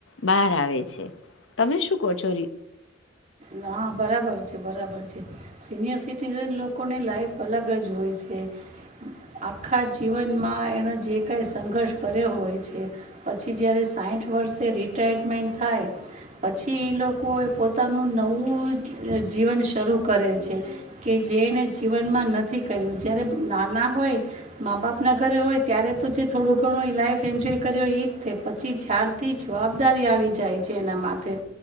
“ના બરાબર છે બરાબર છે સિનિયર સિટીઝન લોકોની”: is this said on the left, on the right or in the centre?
Right